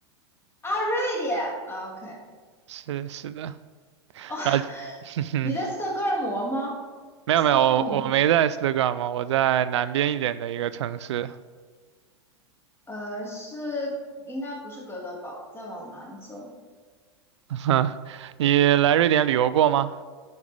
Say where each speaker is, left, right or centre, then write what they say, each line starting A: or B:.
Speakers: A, on the left (about 15°); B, on the right (about 75°).
A: 啊，瑞典。啊，OK。
B: 是是的，
A: 哦，
B: 然后哼哼
A: 你在斯德哥尔摩吗
B: <laughs> 没有没有，
A: ？Stockholm，
B: 我我没在斯德哥尔摩，我在南边一点的一个城市。
A: 呃，是应该不是哥德堡，再往南走，
B: <laughs> 你来瑞典旅游过吗？